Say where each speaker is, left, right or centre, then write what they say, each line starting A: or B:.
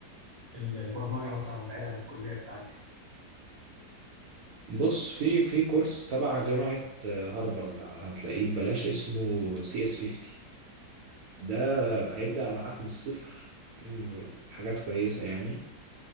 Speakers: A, on the right (about 25°); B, on the right (about 70°).
A: ال- البرمجه مثلا بعيد عن الكليه بتاعتي
B: بص في في كورس تبع جامعة آه، هارفارد هتلاقيه ببلاش اسمه سي اس 50 ده هيبدأ معاك من الصفر مم، حاجات كويسة يعني